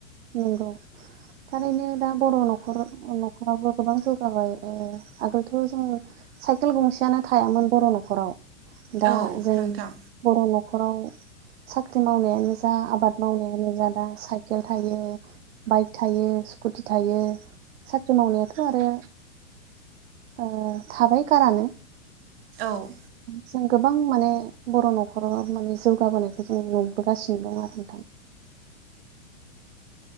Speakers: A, on the right; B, on the right.
A: नंगौ थारैनो दा बर' न'खर न'खरावबो गोबां जौगाबाय आगोलथ' जों साइकेल गंसेयानो थायामोन बर' न'खराव दा
B: औ
A: जों
B: नोंथां
A: बर' न खराव साख्रि मावनायानो जा आबाद मावनायानो जा दा साइकेल थायो बाइक थायो स्कुटि थायो साख्रि मावनायाथ' आरो ओ थाबाय खारानो।
B: औ
A: जों गोबां माने बर' न'खराव माने जौगाबोनायखौ जों नुबोगासिनो दं आरो नोंथां। <inaudible>